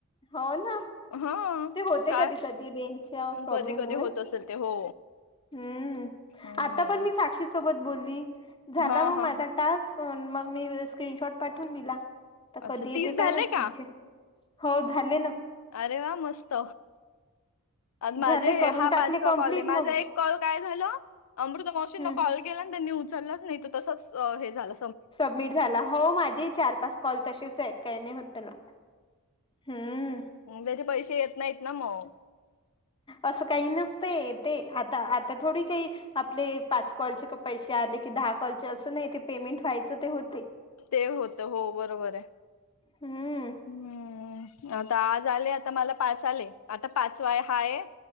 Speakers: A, on the left (about 20°); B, on the left (about 75°).
A: हो ना
B: हा
A: ते होते
B: काय
A: कधी कधी रेंजच्या प्रॉब्लेम
B: कधी कधी
A: मुळे
B: होत असेल ते हो
A: हम्म
B: हम्म
A: आता पण मी साक्षी सोबत बोलली झाला
B: हा
A: मग
B: हा
A: माझा टास्क मग मी स्क्रीनशॉट पाठवून दिला तर
B: अच्छा
A: कधी येते
B: तीस
A: काय
B: झाले
A: मी पुढचे
B: का
A: हो झाले ना.
B: अरे वा मस्त. माझे
A: झाले करून
B: हा
A: टाकले
B: पाचवा
A: कम्प्लीट
B: कॉल आहे माझा
A: मग
B: एक कॉल काय झाल अमृता मावशींना
A: हम्म
B: कॉल केला आणि त्यांनी उचललंच नाही तो तसच हे झालं.
A: सबमिट झाला हो माझे चार पाच कॉल तशीच आहे काही नाही होत ना. हम्म.
B: मग जरी पैसे येत नाहीत ना मग.
A: असं काही नसत ते आता आता थोडी काही आपले पाच कॉलचे पैसे आले की दहा कॉलचे असं नाही ते पेमेंट व्हायचं ते होते.
B: ते होत हो बरोबर आहे.
A: हम्म
B: हम्म आता आज आले आता मला पाच आले आता पाचवाय हा आहे.